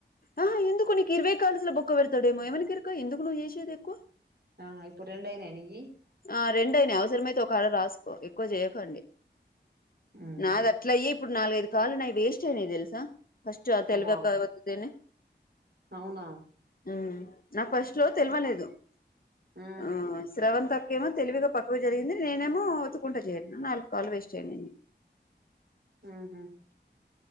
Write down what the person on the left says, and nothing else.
ఆ హ ఎందుకు నీకు ఇరవై కాలుసులో బొక్క పెడతాడేమో, ఎవనికెరుక ఎందుకు నువ్వు చేసేది ఎక్కువ
ఆ రెండయినా అవసరమైతే ఒక ఆడ రాసుకో ఎక్కువ చేయకండి.
నాదట్లయి ఇ ఇప్పుడు నాలుగైదు కాల్లు నాయి వేస్ట్ అయినాయి తెలుసా! ఫస్ట్ తెల్వక
ఒత్తితేనే
మ్మ్ నాకు ఫస్ట్ లో తెలివలేదు
ఆ శ్రవంత కేమో తెలివిగా పక్కవ జరిగింది నేనేమో ఒత్తుకుంటా చేయను నాలుగు కాలు వేస్ట్ అయింది